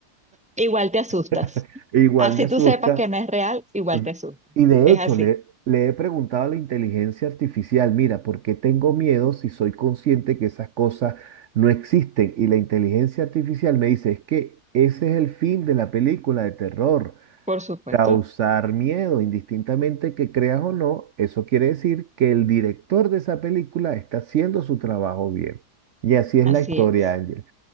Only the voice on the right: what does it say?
<laughs> Igual
me
asusta
Ve-
Y de
hecho,
le, le he preguntado a la inteligencia artificial, mira, ¿por qué tengo miedo si soy consciente que esas cosas no existen? Y la inteligencia artificial me dice, es que ese es el fin de la película de terror,
causar miedo, indistintamente que creas o no, eso quiere decir que el director de esa película está haciendo su trabajo bien. Y así es
la historia,
Ángel.